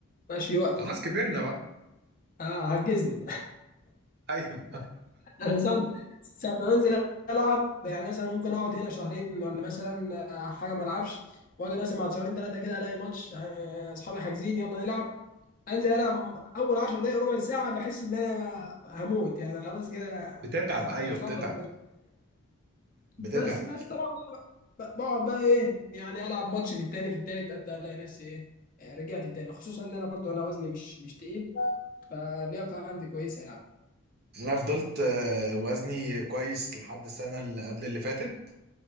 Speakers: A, on the left (about 40°); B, on the right (about 45°).
A: بقاش في وقت
B: خلاص كبرنا بقى
A: اه عجزنا
B: <laughs> أيوه
A: <laughs> انا ساعة ساعة ما بنزل العب يعني مثلا ممكن اقعد هنا شهرين ولا مثلا آه، حاجه ما العبش واجي مثلا بعد شهرين ثلاثه كده الاقي ماتش آه، اصحابي حاجزين يلا نلعب انزل العب اول 10 دقائق ربع ساعه بحس ان انا هموت يعني خلاص كده
B: بتتعب
A: هخلص
B: أيوه بتتعب بتتعب
A: بس بس طبعا بقى- بقى- بقعد بقى ايه يعني العب ماتش في التاني في التالت ابدا الاقي نفسي ايه آه، رجعت تاني خصوصا ان انا برضو انا وزني مش مش تقيل فاللياقه عندي كويسه يعني
B: أنا فضلت آه، وزني كويس لحد السنة اللي قبل اللي فاتت